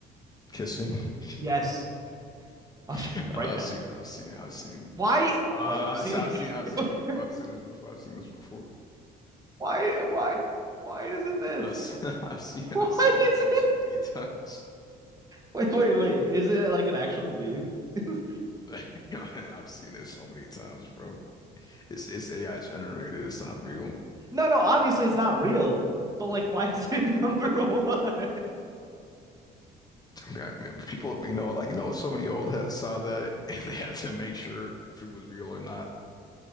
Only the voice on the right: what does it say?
Yes. I'll
show you
right now.
why
what you see
<laughs>
why why why is it this
<laughs>
why
is
it
wait wait wait is it like an actual meme <laughs>
no no obviously it's not real but like why is it number one